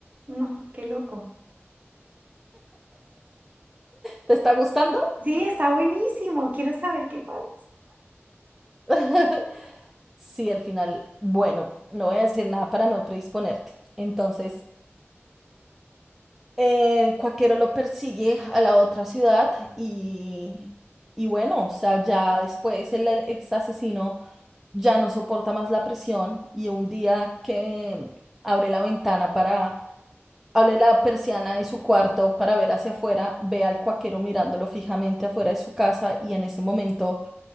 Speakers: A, on the right; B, in the centre.
A: no, qué loco.
B: ¿Te está gustando?
A: Sí, está buenísimo. Quiero saber qué pasa.
B: <laughs> Sí, al final, bueno, no voy a decir nada para no predisponerte. Entonces, El cuaquero lo persigue a la otra ciudad y, y bueno, o sea, ya después el ex asesino ya no soporta más la presión y un día que abre la ventana para, abre la persiana de su cuarto para ver hacia afuera, ve al cuaquero mirándolo fijamente afuera de su casa y en ese momento